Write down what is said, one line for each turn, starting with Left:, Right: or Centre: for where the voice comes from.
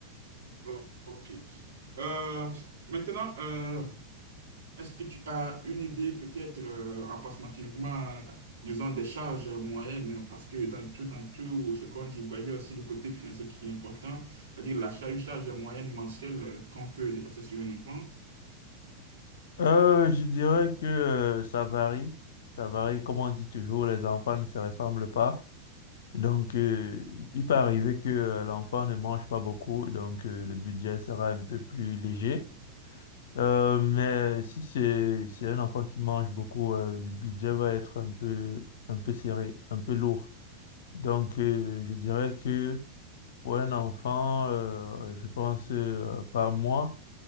Right: Oh, ok. Euh, maintenant, euh, Est-ce que tu as une idée peut-être euh, approximativement, euh, disons, des charges moyennes? Parce que dans tout, dans tout ce qu'on dit, bah, il y a aussi le côté financier qui est important. C'est-à-dire la charge, une charge moyenne mensuelle euh, qu'on peut dépenser sur un enfant.
Left: Euh, je dirais que euh, ça varie. Ça varie. Comme on dit toujours, les enfants ne se ressemblent pas. Donc, euh, il peut arriver que euh, l'enfant ne mange pas beaucoup, donc euh, le budget sera un peu plus léger. Euh, mais si c'est c'est un enfant qui mange beaucoup, euh, le budget va être un peu un peu serré, un peu lourd. Donc euh, je dirais que pour un enfant, euh, je pense euh, par mois,